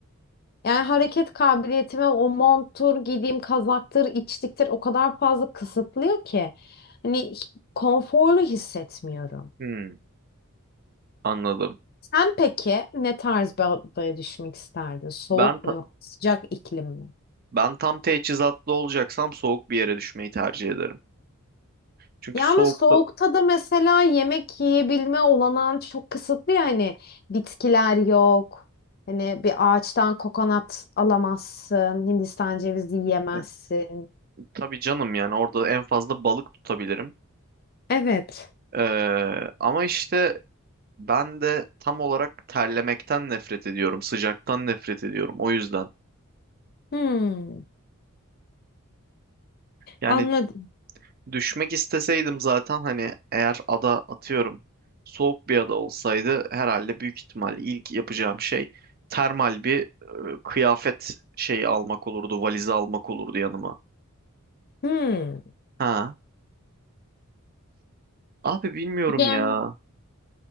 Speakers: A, on the left; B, on the right.
A: yani hareket kabiliyetime o monttur, giydiğim kazaktır, içliktir o kadar fazla kısıtlıyor ki. Hani konforlu hissetmiyorum.
B: Hmm, anladım.
A: Sen peki ne tarz bir adaya düşmek isterdin? Soğuk
B: Ben ta-
A: mu yok, sıcak iklim mi?
B: ben tam teçhizatlı olacaksam soğuk bir yere düşmeyi tercih ederim. Çünkü
A: Ya
B: soğukta
A: ama soğukta da mesela yemek yiyebilme olanağın çok kısıtlı ya hani bitkiler yok. Hani bir ağaçtan kokonat alamazsın, Hindistan cevizi yiyemezsin.
B: e, tabii canım yani orada en fazla balık tutabilirim.
A: Evet.
B: Ee, ama işte ben de tam olarak terlemekten nefret ediyorum, sıcaktan nefret ediyorum. O yüzden.
A: Hmm,
B: Yani
A: anladım.
B: düşmek isteseydim zaten hani eğer ada atıyorum soğuk bir ada olsaydı herhalde büyük ihtimal ilk yapacağım şey termal bir e, kıyafet şeyi almak olurdu, valizi almak olurdu yanıma.
A: Hmm.
B: Ha. Abi bilmiyorum
A: Yani
B: ya.